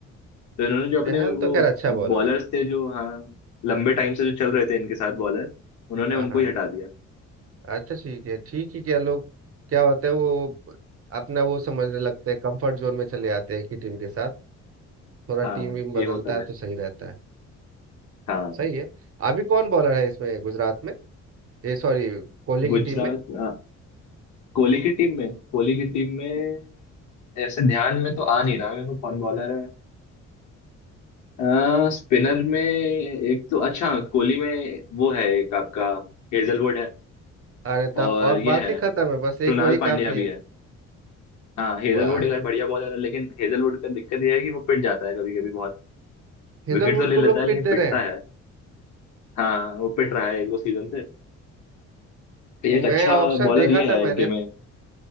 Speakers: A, on the left (about 70°); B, on the right (about 50°).
A: तो इन्होंने जो अपने
B: चहल
A: वो
B: तो खैर अच्छा बॉलर
A: बॉलर्स
B: है
A: थे जो हाँ लंबे टाइम से जो चल रहे थे इनके साथ बॉलर उन्होंने
B: हाँ
A: उनको
B: हाँ
A: ही
B: हाँ।
A: हटा दिया
B: अच्छा ठीक है ठीक ही क्या लोग क्या होता है वो अपना वो समझने लगते हैं कंफर्ट जोन में चले आते हैं एक ही टीम के साथ थोड़ा
A: हाँ
B: टीम वीम बदलता
A: ये होता
B: है
A: है
B: तो सही रहता है
A: हाँ
B: सही है अभी कौन बॉलर है इसमें गुजरात में ये सॉरी कोहली की
A: गुजरात
B: टीम में
A: हाँ, कोहली की टीम में कोहली की टीम में ऐसे ध्यान में तो आ नहीं रहा मेरे को कौन बॉलर है आ, स्पिनर में एक तो अच्छा कोहली में वो है एक आपका हेजलवुड है
B: अरे तब
A: और
B: और
A: ये
B: बात
A: है
B: ही खत्म है बस
A: कृणाल
B: एक वही
A: पांड्या
B: काफी है
A: भी है हाँ हेजलवुड
B: वाह
A: एक बढ़िया बॉलर है लेकिन हेजलवुड का दिक्कत यह है कि वो पिट जाता है कभी कभी बहुत
B: हेजलवुड
A: विकेट तो ले
B: को
A: लेता
B: लोग
A: है
B: पीट
A: लेकिन
B: दे
A: पिटता
B: रहे हैं
A: है हाँ वो पिट रहा है एक दो सीजन से एक अच्छा
B: मैं ऑप्शन
A: बॉलर
B: देखा
A: ये
B: था
A: है इनके
B: मैंने
A: में